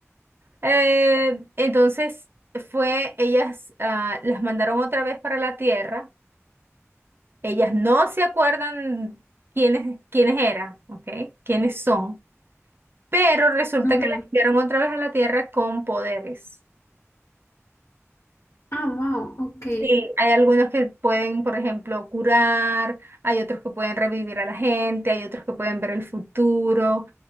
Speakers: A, on the right; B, on the left.
A: Eh, entonces fue, ellas ah, las mandaron otra vez para la Tierra. Ellas no se acuerdan quiénes, quiénes eran, ¿ok? Quiénes son, pero resulta
B: Ujú.
A: que las enviaron otra vez a la Tierra con poderes.
B: Ah, wow, ok.
A: Sí, hay algunos que pueden, por ejemplo, curar, hay otros que pueden revivir a la gente, hay otros que pueden ver el futuro,